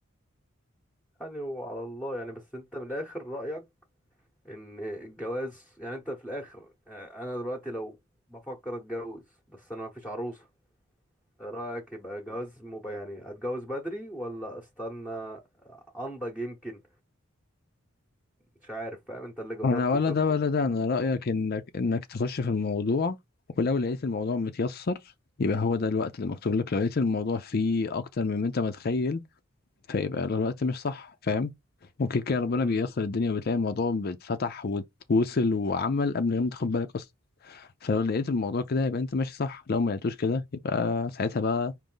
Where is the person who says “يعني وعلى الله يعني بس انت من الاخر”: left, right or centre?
Centre